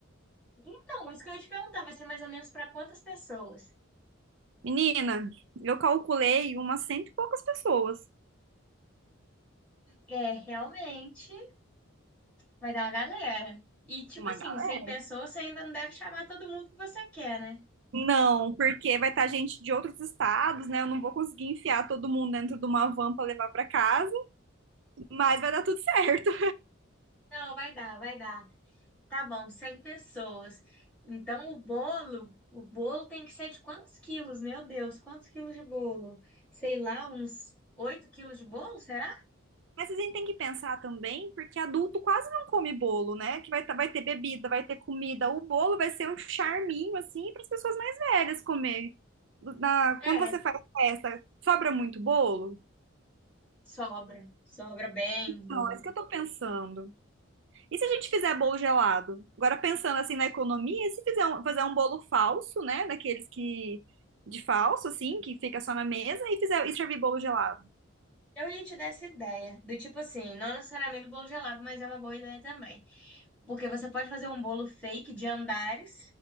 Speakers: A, in the centre; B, on the right.
A: Então, isso que eu ia te perguntar, vai ser mais ou menos para quantas pessoas?
B: Menina, eu calculei umas cento e poucas pessoas.
A: É, realmente, vai dar uma galera. E, tipo
B: Uma
A: assim,
B: gala.
A: 100 pessoas, você ainda não deve chamar todo mundo que você quer, né?
B: Não, porque vai estar gente de outros estados, né? Eu não vou conseguir enfiar todo mundo dentro de uma van para levar para casa, mas vai dar tudo <laughs> certo.
A: Não, vai dar, vai dar. Tá bom, 100 pessoas. Então, o bolo, o bolo tem que ser de quantos quilos? Meu Deus, quantos quilos de bolo? Sei lá, uns 8 quilos de bolo, será?
B: Mas a gente tem que pensar também, porque adulto quase não come bolo, né? Que vai, tá- vai ter bebida, vai ter comida. O bolo vai ser um charminho, assim, para as pessoas mais velhas comer. Na-
A: É,
B: quando você faz festa, sobra muito bolo?
A: sobra. Sobra bem, boa.
B: Não, é isso que eu tô pensando. E se a gente fizer bolo gelado? Agora, pensando assim na economia, e se fizer um, fazer um bolo falso, né? Daqueles que, de falso, assim, que fica só na mesa, e fizer, e servir bolo gelado?
A: Eu ia te dar essa ideia, do tipo assim, não necessariamente bolo gelado, mas é uma boa ideia também. Porque você pode fazer um bolo fake de andares,